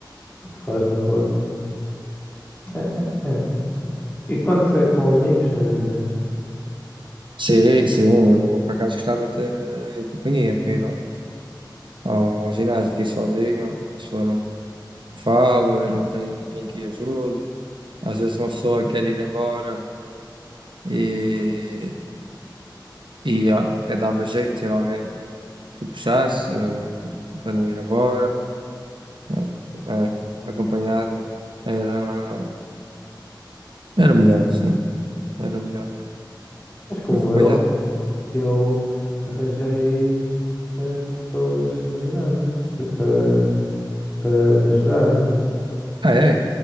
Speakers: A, on the left; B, on the right.
A: faz no corpo. É, é, é. E quando se é com amigos, ainda melhor.
B: Sim, sim, eu por acaso gostava de ter eh, companhia para ir ao, ao, ao ginásio, que ir sozinho, a pessoa não fala, não tem ninguém que ajude. Às vezes uma pessoa quer ir embora e, e ah, eh, dava jeito de ter alguém que puxasse eh, para não ir embora, eh, eh, acompanhado era, era melhor, sim, era melhor
A: Mas como
B: acompanhado.
A: eu, eu arranjei eh, pessoas no ginásio eh, para, para me ajudarem.
B: Ah, é?